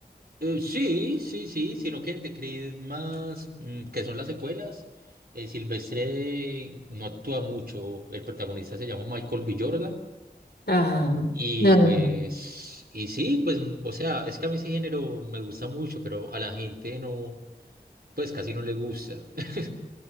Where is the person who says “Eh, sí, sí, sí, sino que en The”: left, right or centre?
Right